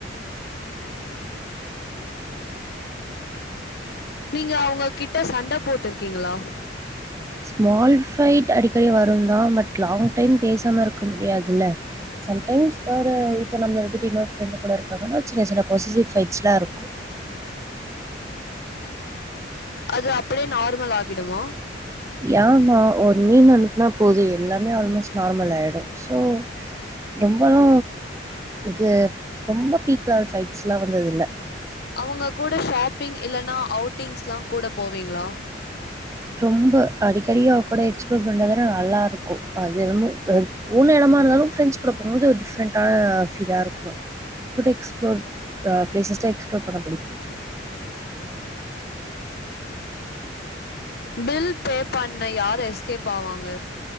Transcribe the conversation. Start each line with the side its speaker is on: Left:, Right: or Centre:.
Left: நீங்க அவுங்க கிட்ட சண்ட போட்டுர்க்கீங்களா
Right: ஸ்மால் ஃபைட் அடிக்கடி வருந்தா பட் லாங் டைம் பேசாம இருக்க முடியாது தில்ல சம்டைம்ஸ் ஒரு இப்போ நம்மள விட்டுட்டு இன்னொரு ஃப்ரெண்டு் கூட இருக்காங்கனா சின்ன சின்ன பொசசிவ் ஃபைட்ஸ்லா இருக்கு
Left: அது அப்டியே நார்மல் ஆகிடுமா
Right: ஏமா ஒரு மீம் அனுப்னா போது எல்லாமே ஆல்மோஸ்ட் நார்மல் ஆய்டு சோ ரொம்பல்லா இது ரொம்ப பீக்லவல் ஃபைட்ஸ்லா வந்தது இல்ல
Left: அவுங்க கூட ஷாப்பிங் இல்லன்னா அவ்ட்டிங்ஸ்ல்லா கூட போவீங்ளா
Right: ரொம்ப அடிக்கடி அவ கூட எக்ஸ்ப்ளோர் பண்றது நல்லா இருக்கு அது என்னமோ போன எடமா இருதாலு ஃப்ரண்டஸ் கூட போம் போது ஒரு டி ஃப்ரெண்ட ஃபீலா இருக்கு ஃபுட் எக்ஸ்ப்ளோர் ஆ பிளேஸஸ்டா எக்ஸ்ப்ளோர் பண்ண பிடிக்கு
Left: பில் ஃபே பண்ண யார் எஸ்கேப் ஆவாங்க